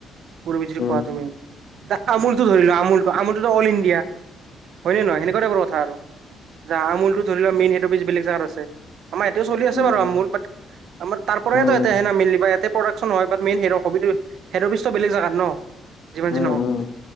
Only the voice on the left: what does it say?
উম,
উম,
উম,
উম,
উম।